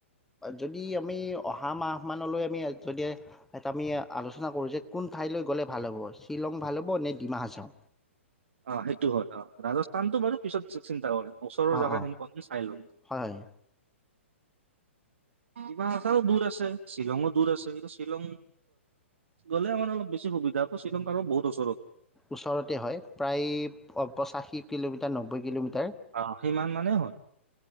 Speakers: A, in the centre; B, on the right (about 65°).
A: যদি আমি অহা মাহ মানলৈ আমি যদি আমি আলোচনা কৰোঁ যে কোন ঠাইলৈ গ'লে ভাল হ'ব শ্বিলং ভাল হ'ব নে ডিমা হাচাও
B: অ', সেইটো হয় অ', ৰাজস্থানতটো বাৰু পিছত চিন্তা কৰিম। ওচৰৰ
A: অঁ
B: জাগা
A: অঁ
B: খিনি প্ৰথম চাই লওঁ।
A: হয় হয়
B: ডিমাহাছাও দূৰ আছে শ্বিলঙো দূৰ আছে কিন্তু শ্বিলং গ'লে আমাৰ অলপ বেছি সুবিধা হ শ্বিলং কাৰ বহুত ওচৰতে
A: ওচৰতে হয় প্ৰায় পঁচাশী কিলোমিটাৰ নব্বৈ কিলোমিটাৰ।
B: অ সিমান মানে হয়।